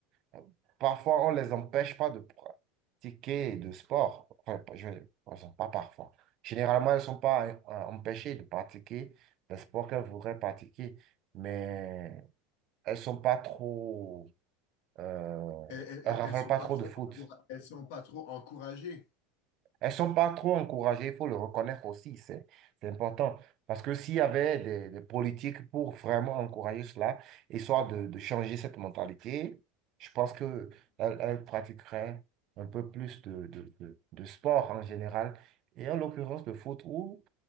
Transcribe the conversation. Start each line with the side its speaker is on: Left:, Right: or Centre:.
Right: hein. parfois, on les empêche pas de pratiquer de sport. Enfin, je, enfin, pas parfois. Généralement, elles ne sont pas euh, empêchées de pratiquer le sport qu'elles voudraient pratiquer, mais elles ne sont pas trop euh,
Left: Elles,
Right: elles
Left: elles,
Right: ne raffolent
Left: elles sont
Right: pas
Left: pas
Right: trop
Left: trop
Right: de foot.
Left: encoura- elles sont pas trop encouragées.
Right: Elles ne sont pas trop encouragées, il faut le reconnaître aussi, c'est c'est important. Parce que s'il y avait des, des politiques pour vraiment encourager cela, histoire de, de changer cette mentalité, je pense qu'elles elles elles pratiqueraient un peu plus de, de, de, de sport en général, et en l'occurrence de foot ou